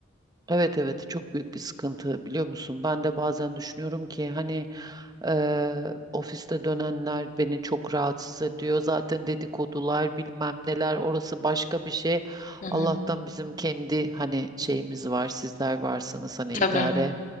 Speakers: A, on the right; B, on the left.
A: Evet evet çok büyük bir sıkıntı biliyor musun? Ben de bazen düşünüyorum ki hani eee, ofiste dönenler beni çok rahatsız ediyor. Zaten dedikodular bilmem neler orası başka bir şey.
B: Hı hı,
A: Allah'tan bizim kendi hani şeyimiz var sizler varsınız hani
B: tabii.
A: idare